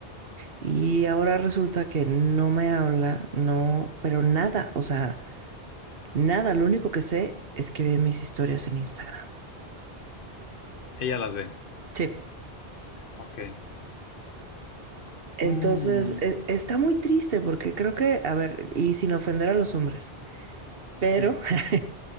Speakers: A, on the right (about 60°); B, on the left (about 55°).
A: Y ahora resulta que no me habla, no, pero nada, o sea, nada, lo único que sé es que ve mis historias en Instagram.
B: Ella las ve.
A: Sí.
B: Ok.
A: Entonces,
B: Mm,
A: e- está muy triste porque creo que, a ver, y sin ofender a los hombres, pero,
B: sí.
A: <laughs>